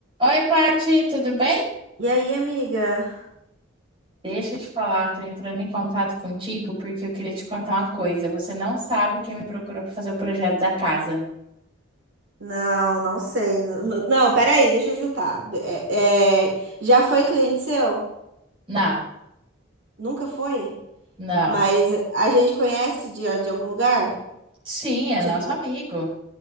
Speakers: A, on the right; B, on the right.
A: Oi, Paty, tudo bem?
B: E aí, amiga?
A: Deixa eu te falar, tô entrando em contato contigo porque eu queria te contar uma coisa. Você não sabe quem me procurou para fazer o projeto da casa.
B: Não, não sei. Não, não, peraí, deixa eu chutar. É, é, já foi cliente seu?
A: Não,
B: Nunca foi?
A: não.
B: Mas a gente conhece de, de algum lugar?
A: Sim, é
B: Tipo,
A: nosso amigo.